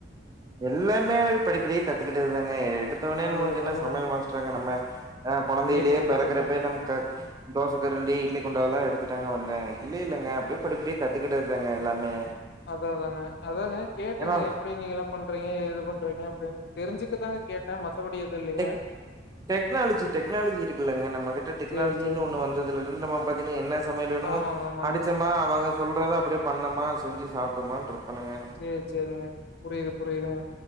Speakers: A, on the right (about 20°); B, on the left (about 60°).
A: எல்லாமே படிப்படியா கத்துக்கிட்டு ந்தாங்க எடுத்து எடுதொன்னே
B: நல்லது,
A: நம்மளுக்கு என்ன
B: நல்லதுங்க.
A: சமையல் மாஸ்டராங்க நம்ம ஆ குழந்தையிலயே
B: கண்டிப்பாங்க,
A: பிறக்கிறப்ப
B: கண்டிப்பாங்க.
A: நம்ம கத் தோச கரண்டி இட்லி குண்டால்லா எடுத்துட்டாங்க வந்த இல்ல இல்லங்க அப்டியே படிப்படியா கத்துக்கிட்ட தாங்க எல்லாமே
B: அத தானங்க அதாங்க கேட்டுங்க
A: ஏன்னா
B: எப்டி நீங்களா பண்றீங்க ஏது பண்றீங்க அப்படின்னு தெரிஞ்சுக்கதாங்க கேட்டே மத்தபடி எதுல்லைங்க
A: டெக் டெக்னாலஜி டெக்னாலஜி இருக்குல்லங்க நம்ம கிட்ட டெக்னாலஜின்னு
B: சேரி சேரிங்க
A: ஒண்ண வந்ததுலருந்து நம்ம பாத்தீங்க என்ன சமையல் வேணுமோ
B: ஆமாங்க ஆமாங்க
A: அடிச்சமா அவங்க சொல்றத அப்படியே பண்ணமா செஞ்சு சாப்ட்டமான்ருப்பனுங்க
B: சேர் சேரிங்க புரியுது புரியுதுங்க